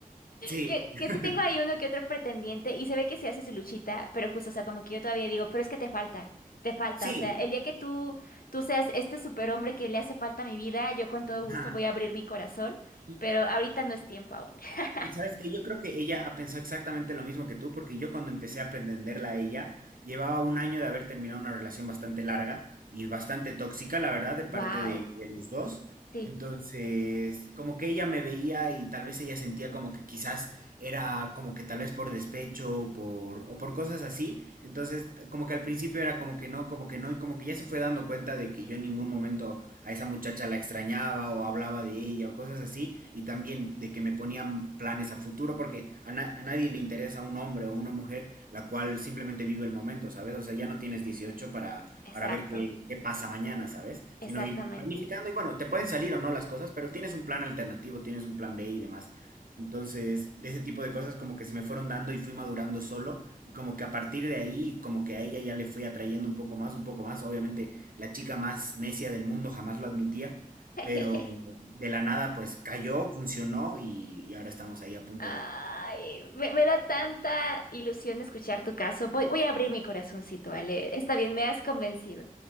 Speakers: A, on the right (about 75°); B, on the left (about 80°).
A: Sí,
B: Que,
A: <laughs>
B: que sí tengo ahí uno que otro pretendiente y se ve que se hace su luchita, pero justo, o sea, como que yo todavía digo, pero es que te falta, te falta.
A: sí,
B: O sea, el día que tú, tú seas este superhombre que le hace falta a mi vida, yo con todo
A: ajá.
B: gusto voy a abrir mi corazón,
A: Y,
B: pero ahorita no es tiempo aún. <laughs>
A: y sabes que yo creo que ella ha pensado exactamente lo mismo que tú, porque yo cuando empecé a pretenderla a ella, llevaba un año de haber terminado una relación bastante larga y bastante tóxica, la verdad, de parte
B: Wow.
A: de, de los dos.
B: Sí,
A: Entonces, como que ella me veía y tal vez ella sentía como que quizás era como que tal vez por despecho o por, o por cosas así. Entonces, como que al principio era como que no, como que no, y como que ya se fue dando cuenta de que yo en ningún momento a esa muchacha la extrañaba o hablaba de ella o cosas así, y también de que me ponían planes a futuro, porque a, na- a nadie le interesa un hombre o una mujer la cual simplemente vive el momento, ¿sabes? O sea, ya no tienes 18 para,
B: exacto,
A: para ver qué, qué pasa mañana, ¿sabes?
B: exactamente.
A: Sino ir planificando y bueno, te pueden salir o no las cosas, pero tienes un plan alternativo, tienes un plan B y demás. Entonces, ese tipo de cosas como que se me fueron dando y fui madurando solo y como que a partir de ahí, como que a ella ya le fui atrayendo un poco más, un poco más. Obviamente, la chica más necia del mundo jamás lo admitía,
B: <laughs>
A: pero de la nada pues cayó, funcionó y, y ahora estamos ahí a punto
B: Ay,
A: de,
B: me, me da tanta ilusión escuchar tu caso. Voy, voy a abrir mi corazoncito, Ale. Está bien, me has convencido.